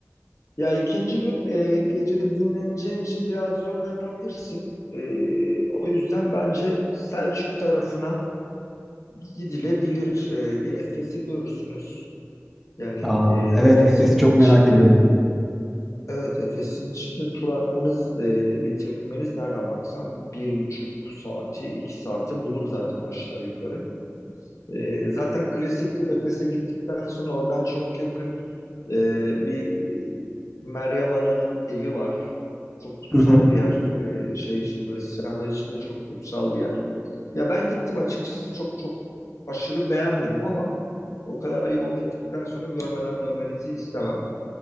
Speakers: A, on the left; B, in the centre.
A: Ya ikinci gün e, gece dinleneceğin için biraz yol yapabilirsin. E, o yüzden bence Selçuk tarafına gidilebilir. E, bir Efes'i görürsünüz. Yani
B: Aa,
A: e, Efes'in
B: evet Efes'i çok
A: içinde
B: merak ediyordum.
A: evet Efes'in içinde tur atmanız e, bitirmeniz nereden baksan bir buçuk saati iki saati bulur zaten aşağı yukarı. E, zaten klasiktir Efes'e gittikten sonra oradan çok yakın e, bir e, Meryem Ana'nın evi var. Çok kutsal
B: Hı hı,
A: bir yer. E, şey için Hristiyanlar için de çok kutsal bir yer. Ya ben gittim açıkçası çok çok aşırı beğenmedim ama o kadar yol gittikten sonra görmeden dönmenizi istemem.